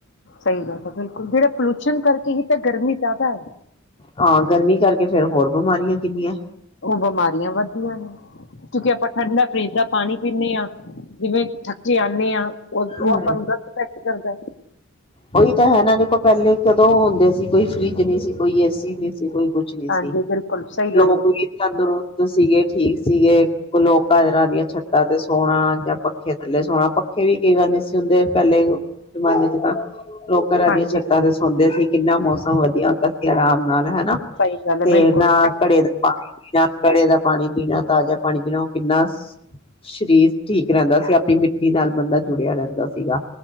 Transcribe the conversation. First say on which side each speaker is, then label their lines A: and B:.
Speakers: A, on the left; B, on the left.
A: ਸਹੀ ਗੱਲ ਹੈ ਬਿਲਕੁਲ ਜਿਹੜਾ ਪੋਲਿਸ਼ਨ ਕਰਕੇ ਹੀ ਤਾਂ ਗਰਮੀ ਜਿਆਦਾ ਐ
B: ਹਾਂ ਗਰਮੀ ਕਰਕੇ ਫੇਰ ਹੋਰ ਬਿਮਾਰੀਆਂ ਕਿੰਨੀਆਂ
A: ਉਹ ਬਿਮਾਰੀਆਂ ਵੱਧਦੀਆਂ ਨੇ ਕਿਉਂਕਿ ਆਪਾਂ ਠੰਡਾ ਫਰਿੱਜ ਦਾ ਪਾਣੀ ਪੀਨੇ ਹਾਂ ਜਿਵੇਂ ਥੱਕੇ ਹਾਰੇ ਆਣੇ ਆ ਉਹ
B: ਹਮ
A: ਉਹ ਆਪਾਂ ਨੂੰ ਗਲਤ ਇਫੈਕਟ ਕਰਦਾ।
B: ਉਹੀ ਤਾਂ ਹੈ ਨਾ ਦੇਖੋ ਪਹਿਲੇ ਕਦੋਂ ਹੁੰਦੇ ਸੀ ਕੋਈ ਫਰਿਜ ਨਹੀਂ ਸੀ ਕੋਈ ਏਸੀ ਨਹੀਂ ਸੀ। ਕੋਈ ਕੁਛ ਨੀ
A: ਹਾਂਜੀ
B: ਸੀ
A: ਬਿਲਕੁਲ ਸਹੀ ਗੱਲ
B: ਲੋਕ
A: ਹੈ
B: ਵੀ ਤੰਦਰੁਸਤ ਸੀਗੇ ਠੀਕ ਸੀਗੇ ਲੋਕ <unintelligible> ਛਤਾ ਤੇ ਸੋਣਾ ਜਾਂ ਪੱਖੇ ਥੱਲੇ ਸੋਣਾ ਪੱਖੇ ਵੀ ਕਈ ਵਾਰ ਨਹੀਂ ਸੀ ਹੁੰਦੇ ਪਹਿਲੇ ਜਮਾਨੇ ਚ ਤਾਂ ਲੋਕ ਘਰਾਂ
A: ਹਾਂਜੀ
B: ਦੀਆਂ ਛੱਤਾਂ ਦੇ ਸੌਂਦੇ ਕਿੰਨਾ ਮੌਸਮ ਵਧੀਆ ਹੁੰਦਾ ਸੀ ਆਰਾਮ ਨਾਲ ਹ
A: ਸਹੀ ਗੱਲ ਹੈ
B: ਤੇ
A: ਬਿਲਕੁਲ
B: ਨਾ ਘੜੇ ਦਾ ਪਾਣੀ ਘੜੇ ਪੀਣਾ ਤਾਜ਼ਾ ਪਾਣੀ ਪੀਣਾ ਉਹ ਕਿੰਨਾ ਸ਼੍ਰੀਸ਼ ਜੀ ਰਹਿੰਦਾ ਸੀ ਆਪਣੀ ਮਿੱਟੀ ਨਾਲ ਬੰਦਾ ਜੁੜਿਆ ਰਹਿੰਦਾ ਸੀਗਾ